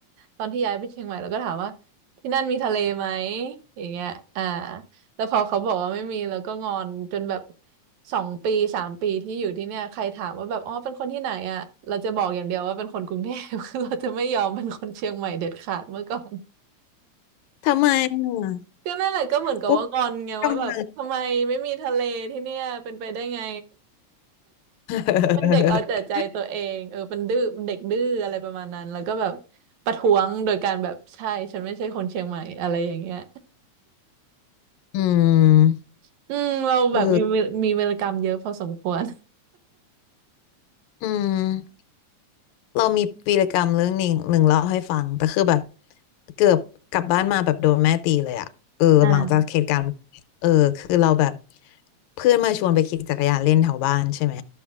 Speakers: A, on the right; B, on the left.
A: ตอนที่ย้ายไปเชียงใหม่เราก็ถามว่าที่นั่นมีทะเลไหมอย่างเงี้ยอ่า แล้วพอเขาบอกว่าไม่มีแล้วก็งอนจนแบบสองปีสามปีที่อยู่ที่เนี่ยใครถามว่าแบบอ๋อเป็นคนที่ไหนอ่ะเราจะบอกอย่างเดียวว่าเป็นคนกรุงเทพ <laughs> เราจะไม่ยอมเป็นคนเชียงใหม่เด็ดขาดเมื่อก่อน
B: ทำไมอะ
A: ก็นั่นแหละก็เหมือนกับว่างอนไงว่าแบบทำไมไม่มีทะเลที่เนี่ยเป็นไปได้ไง
B: อุ๊บกำเนิด <laughs>
A: <laughs> เป็นเด็กเอาแต่ใจตัวเองเออเป็นดื้อเป็นเด็กดื้ออะไรประมาณนั้นแล้วก็แบบประท้วงโดยการแบบใช่ฉันไม่ใช่คนเชียงใหม่อะไรอย่างเงี้ย
B: อืม
A: <laughs> อืมเราแบบมีมีเวรกรรมเยอะพอสมควร
B: เอออืมเรามีวีรกรรมเรื่องหนึ่งหนึ่งเล่าให้ฟังแต่คือแบบเกือบกลับบ้านมาแบบโดนแม่ตีเลยอะเออหลังจากเหตุการณ์
A: อ่า
B: เออคือเราแบบเพื่อนมาชวนไปขี่จักรยานเล่นแถวบ้านใช่ไหม